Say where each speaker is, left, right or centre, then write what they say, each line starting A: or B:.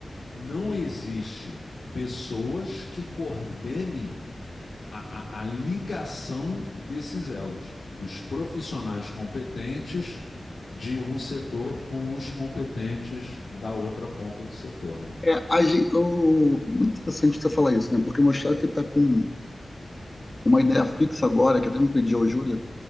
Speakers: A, on the left; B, on the left.
A: Não existe pessoas que coordenem a, a, a ligação desses elos, dos profissionais competentes de um setor com os competentes da outra ponta do setor, né?
B: É, a gente, o, muito interessante você falar isso, né? Porque meu chefe está com uma ideia fixa agora, que até me pediu ajuda,